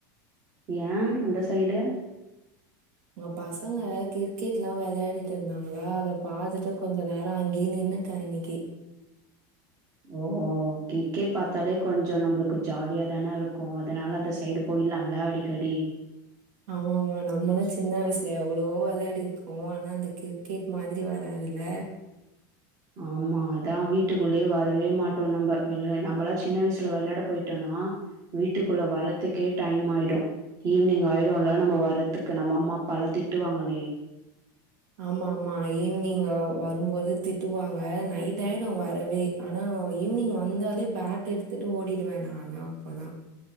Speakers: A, on the right; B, on the right.
A: ஏன் அந்த சைடு
B: அங்க பசங்க கிரிக்கெட் எல்லா விளையாடிட்டு இருந்தாங்களா அத பாத்துட்டு கொஞ்ச நேர அங்கயே நின் நின்னுட்டா இன்னைக்கு
A: ஓ கிரிக்கெட் பார்த்தாலே கொஞ்ச நம்மளுக்கு ஜாலியா தானே இருக்கும் அதனால அந்த சைடு போயி நானாலா அடிக்கடி
B: ஆமா ஆமா நம்லு சின்ன வய்சுல எவ்ளவோ விளையாடிருக்கோ ஆனா அந்த கிரிக்கெட் மாதிரி வராது துல
A: <unintelligible> ஆமா அதா வீட்டுக்குள்ளே வரவே மாட்டோ நம்ம <unintelligible> நம்மளா சின்ன வய்சுல விளையாட போயிட்டோனா னா வீட்டுக்குள்ள வரத்துக்கே டைம் ஆயிடு ஈவினிங் ஆயிருல்ல நம்ம வர்றதுக்கு நம்ம அம்மாப்பாலா திட்டுவாங்களே
B: ஆமா ஆமா ஈவினிங் அ வரும்போது திட்டுவாங்க நைட் ஆயிடு வரவே ஆனா ஈவினிங் வந்தாலே பேட் எடுத்துட்டு ஓடிடுவே நா ஆனா அப்பலா